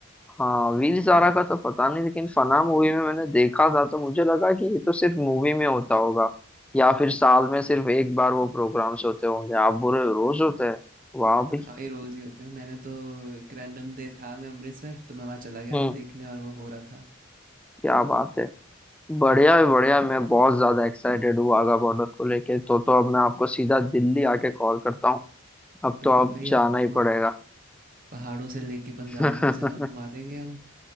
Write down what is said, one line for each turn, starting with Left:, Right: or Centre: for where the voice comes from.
Centre: हाँ वीर ज़ारा का तो पता नहीं लेकिन फना मूवी में मैंने देखा था तो मुझे लगा कि ये तो सिर्फ मूवी में होता होगा या फिर साल में सिर्फ एक बार वो प्रोग्राम्स होते होंगे आप बुरे रोज होते हैं वाह भाई
Right: हाँ भाई रोज ही होते हैं मैंने तो एक रैंडम डे था मैं अमृतसर तो मैं वहाँ चला गया
Centre: हम्म
Right: था देखने और वो हो रहा था
Centre: क्या बात है बढ़िया है बढ़िया मैं बहुत ज्यादा एक्साइटेड हूँ वाघा बॉर्डर को लेके तो तो अब मैं आपको सीधा दिल्ली आके कॉल करता हूँ अब तो
Right: बिल्कुल
Centre: आप
Right: भाई
Centre: जाना
Right: आपको
Centre: ही पड़ेगा
Right: पहाड़ों से लेके
Centre: <laughs>
Right: पंजाब हर जगह घुमा देंगे हम